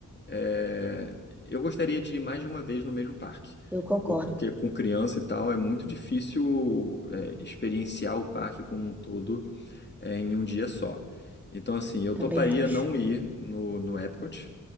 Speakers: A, on the left; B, in the centre.
A: é, eu gostaria de ir mais de uma vez no mesmo parque,
B: Eu concordo,
A: porque com criança e tal é muito difícil é, experienciar o parque como um todo é, em um dia só. Então, assim, eu
B: também
A: toparia
B: acho.
A: não ir no, no Epcot